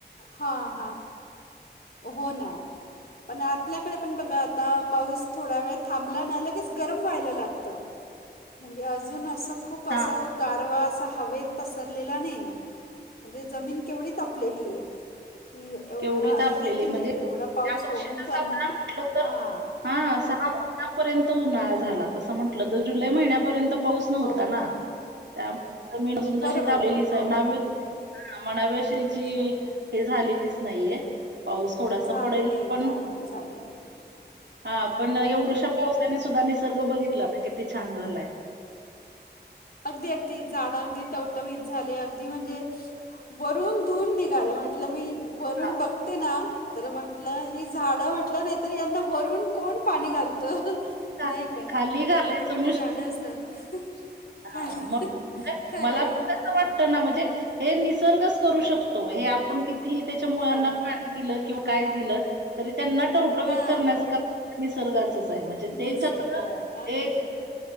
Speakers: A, on the left (about 60°); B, on the right (about 80°).
A: हा हा हो ना. पण आपल्याकडे पण बघा आता. पाऊस थोडा वेळ थांबला ना लगेच गरम व्हायला लागतं. म्हणजे अजून असं खूप असं
B: हा
A: गारवा असा हवेत पसरलेला नाही. म्हणजे जमीन केवढी तपलेली आहे. की एवढा
B: एवढी
A: आहे
B: तापलेली
A: की
B: म्हणजे
A: नाही एवढा पाऊस
B: या वर्षी
A: होऊन
B: <unintelligible> दिल
A: पण
B: तर उन्हाळा म्हटलं तर
A: हां
B: हा सहा. त्यापर्यंत उन्हाळा झाला. तसं म्हटलं तर जुलै महिन्यापर्यंत. पाऊस नव्हता
A: हो
B: ना. त्यामुळे जमीन अजून
A: बरोबर
B: तशी तापलेलीच
A: हो
B: आहे. हा आम्हाला <unintelligible>
A: खरं
B: हे झालेलीच नाहीये. पाऊस थोडासा
A: झाली
B: पडेल.
A: नाही
B: पण,
A: गार नाही झालेली
B: हा
A: हां
B: पण एवढ्या पाऊस त्यांनी सुद्धा निसर्ग बघितला ना किती छान झालाय.
A: अगदी अगदी झाडं अगदी टवटवीत झाले अगदी म्हणजे वरून धुन निघाले. म्हटलं मी वरून
B: हां
A: बघते ना! तर म्हंटलं ही झाड म्हटलं नाही तर, यांना वरून कोण पाणी घालत.
B: घाल
A: नाही का
B: खाली घालायचं
A: मोठे मोठे झाड असतात
B: हा
A: खाली
B: मग
A: खरं
B: मला
A: आहे
B: पण कसं वाटतं
A: हो
B: ना म्हणजे हे निसर्गच करू शकतो हे आपण कितीही त्याच्या मुळंना
A: खरं
B: पाणी दिलं किंवा काय दिलं तरी त्यांचा उवटवीत
A: हां
B: करण्याचं काम निसर्गाचच आहे म्हणजे ते
A: निसर्ग
B: चक्र
A: अगदी.
B: ते